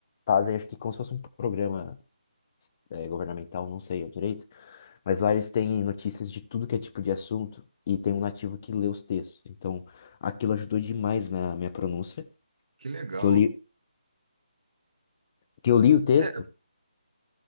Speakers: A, on the left; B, on the right.
A: fazem, acho que como se fosse um programa é, governamental, não sei ao direito, mas lá eles têm notícias de tudo que é tipo de assunto e tem um nativo que lê os textos. Então, aquilo ajudou demais na minha pronúncia,
B: que legal.
A: que eu li, que eu li o texto,
B: É,